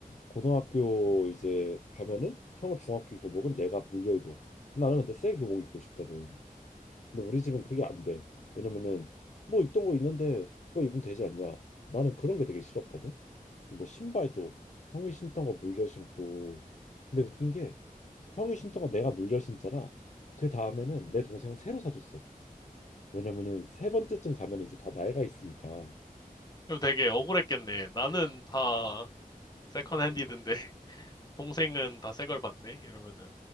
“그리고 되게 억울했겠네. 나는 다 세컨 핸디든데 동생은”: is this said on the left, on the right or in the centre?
Left